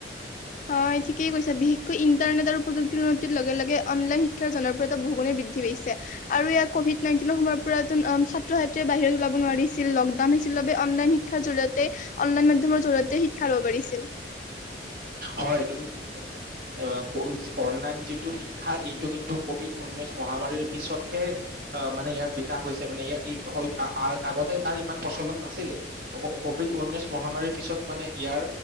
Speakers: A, on the left; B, on the right.
A: হয় ঠিকেই কৈছা, বিশেষকৈ ইণ্টাৰনেট আৰু প্ৰযুক্তিৰ উন্নতিৰ লগে লগে অনলাইন শিক্ষাৰ জনপ্ৰিয়তা বহুি বৃদ্ধি দি পাইছে। আৰু ইয়াত কভিড নাইণ্টিনৰ সময়ৰ পৰা তোন ছাত্ৰ ছাত্ৰীয়ে বাহিৰত ওলাব নোৱাৰিছিল, লকডাউন হৈছিল ভাবে অনলাইন শিক্ষাৰ জৰিয়তে, অনলাইন মাধ্যমৰ জৰিয়তে শিক্ষা ল'ব পাৰিছিল।
B: হয় তুমি ঠিক কৈছা। <unintelligible> অনলাইন যিটো শিক্ষা এইটো কিন্তু কভিড উনৈশ মহামাৰীৰ পিছতহে আ, মানে ইয়াৰ বিকাশ হৈছে মানে ইয়াৰ <unintelligible> আ-আগতে তাৰ ইমান প্ৰচলন নাছিলে। ক-কভিড ঊনৈশ মহামাৰীৰ পিছত মানে ইয়াৰ